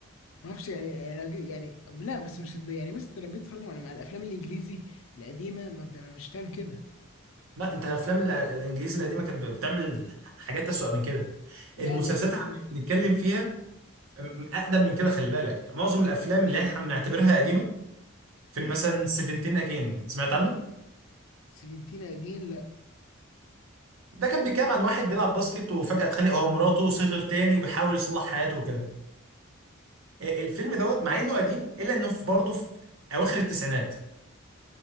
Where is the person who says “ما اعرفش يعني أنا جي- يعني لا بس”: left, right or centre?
Left